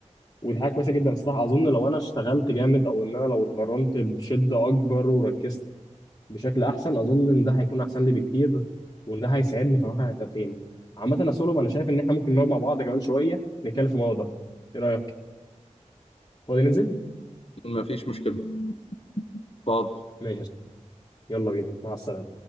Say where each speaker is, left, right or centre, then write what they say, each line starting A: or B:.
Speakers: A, on the left; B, on the left.
A: ودي حاجه كويسه جدا الصراحه اظن لو انا اشتغلت جامد او ان انا لو اتمرنت بشده اكبر وركزت بشكل احسن اظن ان ده هيكون احسن لي بكتير وان ده هيساعدني في واقع التدخين عامه يا سلم انا شايف ان احنا ممكن نقعد مع بعض كمان شويه نتكلم في الموضوع ده ايه رايك؟ فاضي ننزل؟
B: ما فيش مشكله اتفضل
A: ماشي يا سلم. يلا بينا مع السلامه